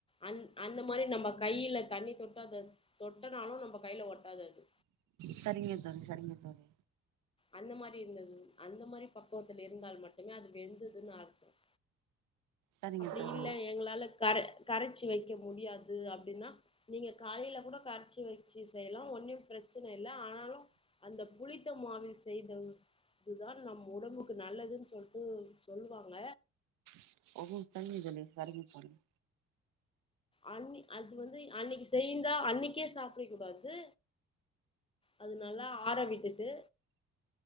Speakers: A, on the left; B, on the right.
A: அ அந்த மாதிரி நம்ம கைல தண்ணி தொட்டாத தொட்டனாலும் நம்ம கையில ஒட்டாது அது
B: சரிங்க தோழி சரிங்க தோழி
A: அந்த மாதிரி இருந்தது அந்த மாதிரி பக்கவத்துல இருந்தால் மட்டுமே அது வெந்ததுன்னு அர்த்தம்
B: சரிங்க
A: அப்படி
B: தோழி
A: இல்லை எங்களால கர கரைச்சு வைக்க முடியாது அப் அப்படின்னா நீங்க காலையில கூட கரைச்சி வச்சி செய்யலாம் ஒன்னும் பிரச்சனை இல்லை ஆ த புளித்த மாவில்ஸ் செய்த இதுதான் நம் உடம்புக்கு நல்லதுன்னு சொல்லிட்டு சொல்லுவாங்க
B: <unintelligible> தங்கிதலே வரைமைப்பாருங்க
A: அன் அது வந்து அன்னைக்கு செய்ந்தா அன்னைக்கே சாப்பிட கூடாது அது நல்லா ஆற விட்டுட்டு